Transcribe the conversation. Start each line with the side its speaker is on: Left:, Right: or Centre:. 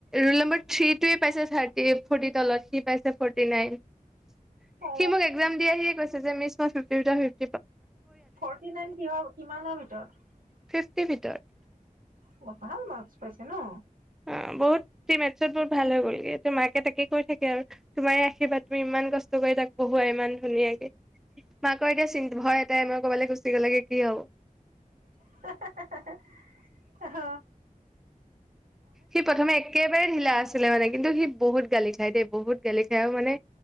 Centre: ল নম্ব থে থ ফট তলত নন <unintelligible>
Right: অ
Centre: সি মোক একজাম দি আহি কৈছে যে মিছ ত টা
Right: ফৰ্টি নাইন কিহৰ কিমানৰ ভিতৰত
Centre: ফিফটি ভিতৰত
Right: অ ভাল মাৰ্কছ পাইছে ন
Centre: অ বহুত মেটছত বহুত ভাল হৈ গ'লগে তোমাকে তাকে কৈ থাকে আৰু তোমাৰ সেই বাত ইমান কষ্ট কৰি তাক বহুৱাই ইমান ধুনীয়াকে মাকৰ এতিয়া চি ভয় এটাই মই কৰবালৈ গুচি গ'লগে কি হব
Right: <inaudible> হ
Centre: সি প্ৰথমে একে একেবাৰে ঢিলা আছিলে মানে কিন্তু সি বহুত গালি খায় দেই বহুত গালি খায় আৰু মানে